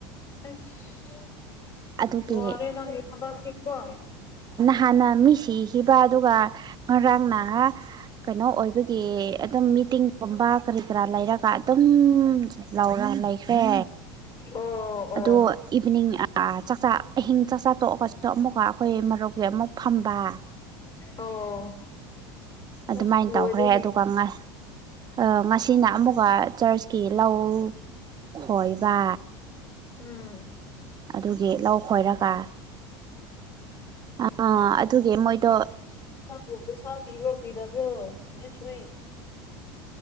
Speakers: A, on the left (about 40°); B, on the right (about 35°).
A: ꯑꯁ
B: ꯑꯗꯨꯒꯤ
A: ꯋꯥꯔꯦ ꯅꯪꯒꯤ ꯊꯕꯛꯁꯤꯀꯣ꯫
B: ꯍꯥꯟꯅ ꯃꯤ ꯁꯤꯈꯤꯕ ꯑꯗꯨꯒ ꯉꯔꯥꯡꯅ ꯀꯩꯅꯣ ꯑꯣꯏꯕꯒꯤ ꯑꯗꯨꯝ ꯃꯤꯇꯤꯡꯒꯨꯝꯕ ꯀꯔꯤ ꯀꯔꯥ ꯂꯩꯔꯒ ꯑꯗꯨꯝ ꯂꯧꯔ ꯂꯩꯈ꯭ꯔꯦ꯫
A: ꯑꯣ꯫ ꯑꯣ
B: ꯑꯗꯣ ꯏꯚꯤꯅꯤꯡ ꯑꯥ ꯆꯥꯛ ꯆꯥ ꯑꯍꯤꯡ ꯆꯥꯛ ꯆꯥ ꯇꯣꯛꯑꯒꯁꯨ ꯑꯃꯨꯛꯀ ꯑꯈꯣꯏ ꯃꯔꯨꯞꯒꯤ ꯑꯃꯨꯛ ꯐꯝꯕ꯫
A: ꯑꯣ꯫
B: ꯑꯗꯨꯃꯥꯏꯟ
A: ꯑꯁ ꯂꯣꯏꯔꯦꯅꯦ
B: ꯇꯧꯈ꯭ꯔꯦ ꯑꯗꯨꯒ ꯉ ꯑ ꯉꯁꯤꯅ ꯑꯃꯨꯛꯀ ꯆꯔꯆꯀꯤ ꯂꯧ ꯈꯣꯏꯕ꯫
A: ꯎꯝ
B: ꯑꯗꯨꯒꯤ ꯂꯧ ꯈꯣꯏꯔꯒ ꯑꯥ ꯑꯗꯨꯒꯤ ꯃꯣꯏꯗꯣ
A: ꯅꯪꯕꯨ ꯄꯩꯁꯥ ꯄꯤꯕ꯭ꯔꯣ ꯄꯤꯗꯕ꯭ꯔꯣ ꯗꯤꯁ ꯋꯤꯛ꯫